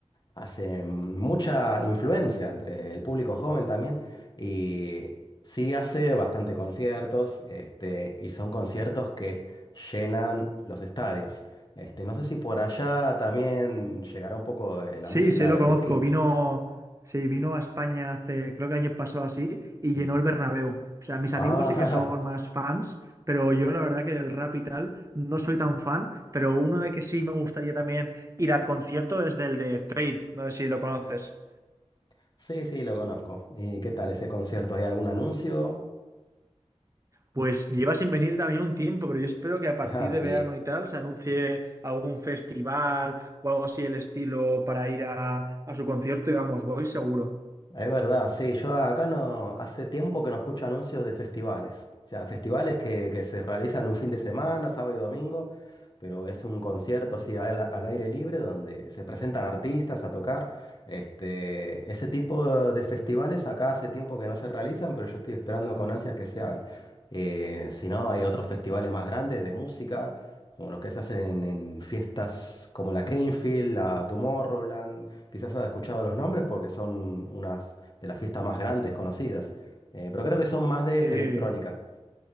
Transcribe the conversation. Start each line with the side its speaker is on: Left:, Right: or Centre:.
Left: hace mucha influencia entre el público joven también y sí hace bastante conciertos, este, y son conciertos que llenan los estadios. Este, no sé si por allá también llegará un poco de la
Right: Sí,
Left: música
Right: sí, lo
Left: de
Right: conozco.
Left: Duki.
Right: Vino, sí, vino a España hace, creo que año pasado así, y llenó
Left: Mm.
Right: el Bernabéu. O sea, mis
Left: Ah,
Right: amigos sí que son más fans, pero yo la verdad que del rap y tal no soy tan fan, pero uno de que sí me gustaría también ir a concierto es del de Fate, no sé si lo conoces.
Left: <laughs> sí, sí, lo conozco. ¿Y qué tal ese concierto? ¿Hay algún anuncio?
Right: Pues lleva sin venir también un tiempo, pero yo espero que a partir
Left: <laughs> Ah, sí.
Right: de verano y tal se anuncie algún festival o algo así el estilo para ir a, a su concierto y vamos, voy seguro.
Left: Es verdad, sí, yo acá no, hace tiempo que no escucho anuncios de festivales, o sea, festivales que, que se realizan un fin de semana, sábado y domingo, pero es un concierto así al, al aire libre donde se presentan artistas a tocar. Este, ese tipo de festivales acá hace tiempo que no se realizan, pero yo estoy esperando con ansias que se hagan. Eh, si no, hay otros festivales más grandes de música, como los que se hacen en, en fiestas como la Creamfield, la Tomorrowland. Quizás has escuchado los nombres porque son unas de las fiestas más grandes conocidas. Eh, pero creo que son más de
Right: Sí,
Left: electrónica.